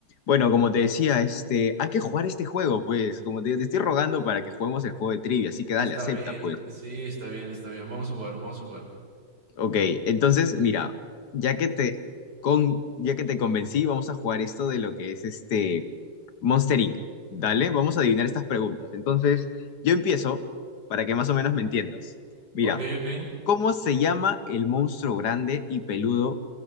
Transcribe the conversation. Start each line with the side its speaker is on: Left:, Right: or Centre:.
Left: Bueno, como te decía, este, hay que jugar este juego, pues. Como te, te estoy rogando para que juguemos el juego de trivia, así que dale,
Right: Está
Left: acepta,
Right: bien,
Left: pues.
Right: sí, está bien, está bien. Vamos a jugar, vamos a jugar.
Left: Ok, entonces, mira, ya que te, con, ya que te convencí, vamos a jugar esto de lo que es este Monster Inc. Dale, vamos a adivinar estas preguntas. Entonces, yo empiezo para que más o menos me entiendas. Mira,
Right: Ok, ok.
Left: ¿cómo se llama el monstruo grande y peludo